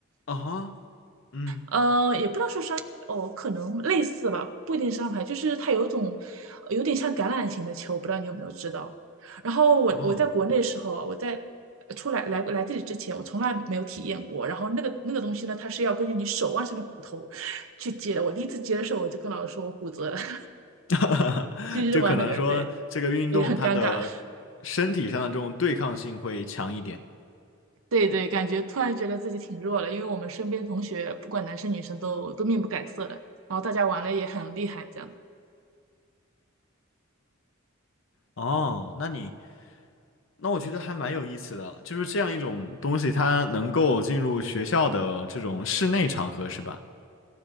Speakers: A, on the left (about 65°); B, on the right (about 80°).
A: 啊，嗯，
B: 嗯，呃也不能说商哦，可能类似吧，不一定是商牌，就是它有一种呃有点像橄榄型的球，不知道你有没有知道。然后我我在国内的时候啊，
A: 哦，
B: 我在呃出来来来这里之前，我从来没有体验过。然后那个那个东西呢，它是要根据你手腕上的骨头去接的。我第一次接的时候，我就跟老师说我骨折了，<laughs>
A: <laughs>
B: 就是玩那个，
A: 就可能说这个运动它的身体上的这种对抗性会强一点。
B: 对，也很尴尬。对对，感觉突然觉得自己挺弱了，因为我们身边同学不管男生女生都都面不改色的，然后大家玩的也很厉害，这样
A: 哦，那你那我觉得还蛮有意思的，就是这样一种东西，它能够进入学校的这种室内场合，是吧？